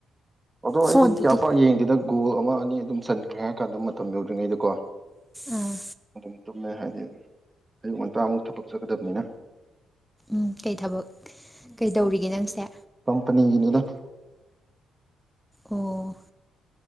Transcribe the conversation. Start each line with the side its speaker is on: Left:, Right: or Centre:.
Right: ꯑꯗꯣ ꯑꯩꯗꯤ
Centre: ꯐꯣꯟꯗꯗꯤ
Right: ꯀꯌꯥ ꯄꯥꯛ ꯌꯦꯡꯗꯦꯗꯪ ꯒꯣꯒꯣꯜ ꯑꯃ ꯑꯅꯤ ꯑꯗꯨꯝ ꯆꯟꯈ꯭ꯔꯦ ꯍꯥꯏꯔ ꯀꯥꯟꯗ ꯃꯇꯝ ꯌꯧꯗ꯭ꯔꯤꯉꯩꯗꯀꯣ
Centre: ꯑꯥ
Right: ꯑꯗꯨꯝ ꯇꯨꯝꯃꯦ ꯍꯥꯏꯕꯗꯤ ꯑꯌꯨꯛ ꯉꯟꯇꯥꯃꯨꯛ ꯊꯕꯛ ꯆꯠꯀꯗꯕꯅꯤꯅ
Centre: ꯎꯝ ꯀꯩ ꯊꯕꯛ ꯀꯩꯗꯧꯔꯤꯒꯦ ꯅꯪꯁꯦ
Right: ꯄꯅꯤꯡꯉꯗ
Centre: ꯑꯣ